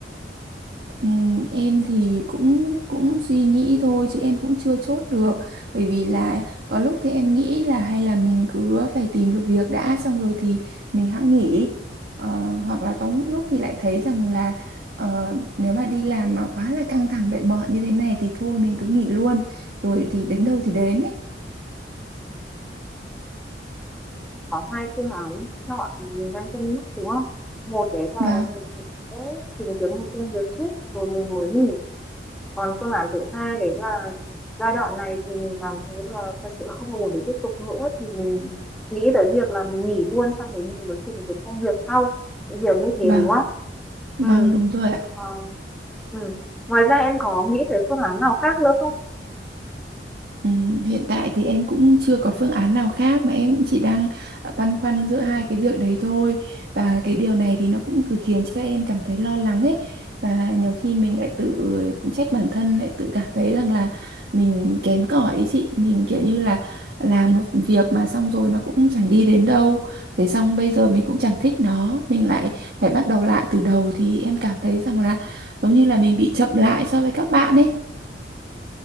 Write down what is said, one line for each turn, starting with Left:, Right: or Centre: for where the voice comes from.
Right: Ừm, em thì cũng cũng suy nghĩ thôi chứ em cũng chưa chốt được bởi vì là có lúc thì em nghĩ là hay là mình cứ phải tìm được việc đã xong rồi thì mình hẵng nghỉ Ờ, hoặc là có những lúc thì lại thấy rằng là ờ, nếu mà đi làm mà quá là căng thẳng mệt mỏi như thế này thì thôi mình cứ nghỉ luôn rồi thì đến đâu thì đến ấy
Centre: có hai phương án chọn mà mình đang cân nhắc đúng không một đấy là
Right: vâng
Centre: mình sẽ tìm kiếm một công việc trước rồi mình mới nghỉ còn phương án thứ hai đấy là giai đoạn này thì mình cảm thấy là thật sự là không ổn để tiếp tục nữa thì mình nghĩ tới việc là mình nghỉ luôn sau đấy mình mới tìm kiếm công việc sau chị hiểu như thế
Right: vâng
Centre: đúng không
Right: vâng
Centre: ừ.
Right: đúng rồi ạ
Centre: Ờ, ừ. ngoài ra em có nghĩ tới phương án nào khác nữa không
Right: Ừ, hiện tại thì em cũng chưa có phương án nào khác mà em cũng chỉ đang ờ, băn khoăn giữa hai cái việc đấy thôi và cái điều này thì nó cũng cứ khiến cho em cảm thấy lo lắng ấy và nhiều khi mình lại tự trách bản thân lại tự cảm thấy rằng là mình kém cỏi ấy chị mình kiểu như là làm một việc mà xong rồi nó cũng chẳng đi đến đâu thế xong bây giờ mình cũng chẳng thích nó mình lại phải bắt đầu lại từ đầu thì em cảm thấy rằng là giống như là mình bị chậm lại so với các bạn ấy